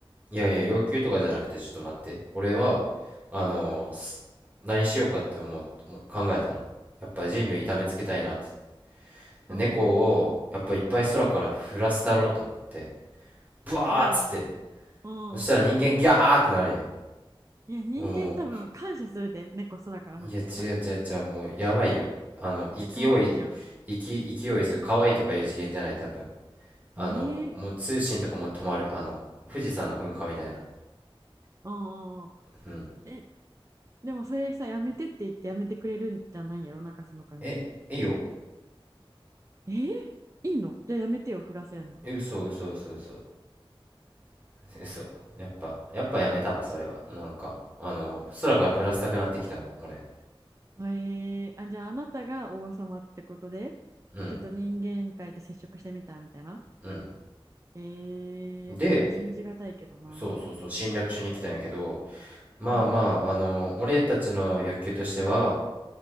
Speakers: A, on the right; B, on the right.
A: いやいや、要求とかじゃなくて、ちょっと待って。俺は、あのーす何しようかって思う、思う考えたの。やっぱり人類痛めつけたいなって。猫を、
B: うん、う
A: やっぱいっぱい空から降らせたろうと思って。ブワーっつって。
B: ん、うん。
A: そしたら人間ギャーってなるや
B: いや、人間多分感謝するで、
A: ん。も
B: 猫空から降ってきたら。
A: う、いや、違う違う違う、
B: だ
A: もう、やばいよ。あの、勢い、
B: って可愛いやん。
A: 勢勢いする。可愛いとかいう次元じゃない、多分。あの、
B: ええ
A: もう通信とかも止まる。あの、富士山の噴火みたいな。
B: ああ。
A: うん。
B: え、でもそれさ、やめてって言ってやめてくれるんじゃないんやろなんかその感じ。
A: え、いいよ。
B: えーいいのじゃあやめてよ、振らせんの。
A: 嘘嘘嘘嘘 <laughs> 嘘やっぱやっぱやめたわそれはなんかあの空から降らせたくなってきたもん俺
B: はい。あ、じゃああなたが王様ってことで、
A: うん
B: ちょっと人間界と接触してみたみたいな。
A: うん
B: えー、
A: で
B: まだ信じがたいけどな。
A: そうそうそう侵略しに来たんやけどまあまああの俺たちの欲求としては
B: ほ